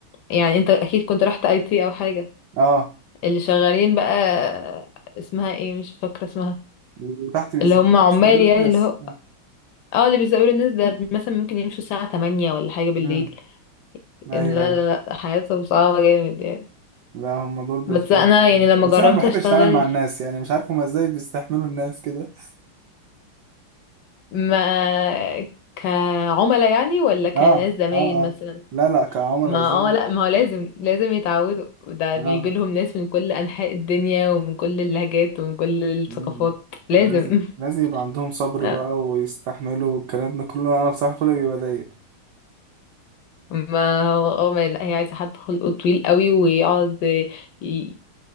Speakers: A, on the left; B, on the right.
A: يعني انت اكيد كنت رحت اي تي او حاجة
B: أه
A: اللي شغالين بقى آه، اسمها ايه مش فاكرة اسمها
B: وتحت بيس-
A: اللي هم عمال
B: بيستقبلوا
A: يعني
B: الناس
A: اللي هو اه اللي بيسألوا الناس ده مثلا ممكن يمشوا الساعة 8 ولا حاجة بالليل
B: امم أيوه
A: إن لا
B: أيوه
A: لا لا حياتهم صعبة جامد يعني
B: لا هم دول بيس-
A: بس انا يعني لما
B: بس
A: جربت
B: أنا ما بحبش
A: اشتغل
B: أتعامل مع الناس يعني مش عارف هما إزاي بيستحملوا الناس كده
A: ما كعملاء يعني ولا كناس
B: اه
A: زمايل
B: اه اه
A: مثلا
B: لا لا كعملاء
A: ما
B: زي
A: اه لا ما هو لازم لازم يتعودوا ده
B: اه
A: بيجي لهم ناس من كل انحاء الدنيا ومن كل اللهجات ومن كل الثقافات
B: مم.
A: لازم
B: لازم
A: <laughs>
B: لازم يبقى عندهم صبر
A: آه،
B: بقى ويستحملوا الكلام ده كله انا بصراحة خلقي بيبقى ضيق
A: ما هو اه ما لا هي عايزه حد خلقه طويل قوي ويقعد ي...